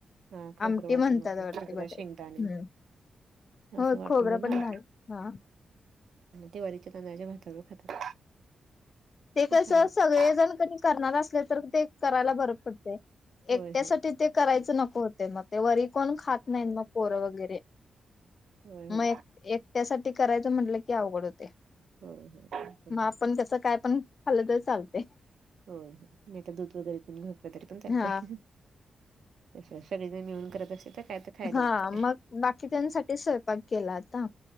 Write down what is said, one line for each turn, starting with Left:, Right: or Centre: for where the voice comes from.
Right: हा, खोबरं
Left: आमटी
Right: वाटून
Left: म्हणतात
Right: न
Left: वाटते बटाट
Right: <unintelligible> शेंगदाणे.
Left: हम्म
Right: असं
Left: हो
Right: वाटून
Left: खोबरं
Right: बग
Left: पण
Right: ना,
Left: घाल हा
Right: ते वरीच्या तांदळाच्या भातावरून खातात.
Left: ते
Right: पण
Left: कस
Right: छान लागत
Left: सगळेजण कनि, करणार असले तर ते करायला बर पडते,
Right: होय
Left: एकट्यासाठी
Right: होय
Left: ते करायचं नको. मग ते वरी कोण खात नाहीत, मग पोर वगैरे
Right: होय होय
Left: मग एक. एकट्यासाठी करायचं म्हटलं की अवघड होते,
Right: होय होय ते पण
Left: मग
Right: आहे
Left: आपण कस काय पण- खाल तर चालते.
Right: हो नाही तर दूध वगैरे पिऊन झोपले तरी पण चालतय.
Left: हा
Right: सगळेजण मिळून करत असे तर काय. खायला
Left: हा
Right: होतंय
Left: मग बाकी त्याच्यासाठी स्वयंपाक केला आता.